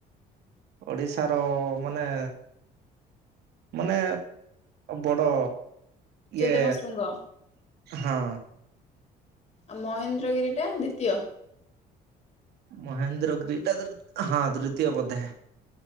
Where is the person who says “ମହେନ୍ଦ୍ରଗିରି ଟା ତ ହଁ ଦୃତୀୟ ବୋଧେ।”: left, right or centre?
Right